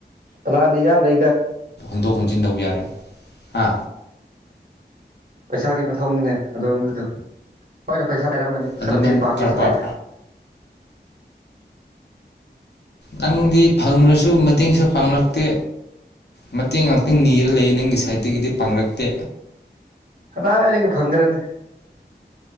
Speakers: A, on the right (about 50°); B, on the left (about 70°).
A: ꯄꯂꯥꯟꯗꯤ ꯌꯥꯟ ꯗ
B: ꯍꯟꯗꯣꯛ ꯍꯨꯟꯖꯤꯟ ꯇꯧꯕ ꯌꯥꯔꯦ ꯑ
A: ꯄꯩꯁꯥꯒꯤ ꯃꯊꯧꯅꯤꯅꯦ ꯑꯗꯨꯛ ꯃꯈꯩꯗꯣ ꯅꯣꯏꯅ ꯄꯩꯁꯥ ꯍꯥꯏꯔꯝꯃꯅꯤ
B: ꯑꯗꯨ
A: ꯈꯔꯅ ꯃꯇꯦꯡ
B: ꯅꯪ
A: ꯄꯥꯡꯒꯦꯁꯨ
B: ꯀꯔꯕꯥꯔ
A: ꯍꯥꯏꯗꯦ
B: ꯅꯪꯗꯤ ꯐꯪꯉ꯭ꯔꯁꯨ ꯃꯇꯦꯡꯁꯨ ꯄꯥꯡꯉꯛꯇꯦ ꯃꯇꯦꯡ ꯄꯤ ꯅꯤꯔ ꯂꯩꯌꯦ ꯅꯪꯒꯤ ꯁꯥꯏꯠꯇꯒꯤꯗꯤ ꯄꯥꯡꯂꯛꯇꯦ
A: ꯀꯗꯥꯏꯗꯒꯤ ꯐꯪ꯭ꯔꯅꯤ